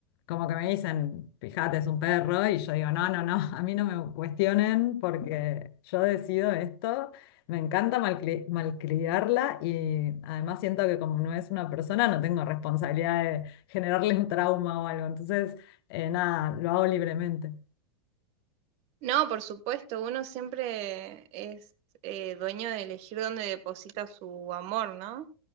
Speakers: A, on the left; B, on the right.
A: como que me dicen, fíjate, es un perro y yo digo, no, no, no, a mí no me cuestionen porque yo decido esto, me encanta malcri- malcriarla y además siento que como no es una persona no tengo responsabilidad de generarle un trauma o algo, entonces eh, nada, lo hago libremente,
B: No, por supuesto, uno siempre es eh, dueño de elegir dónde deposita su amor, ¿no?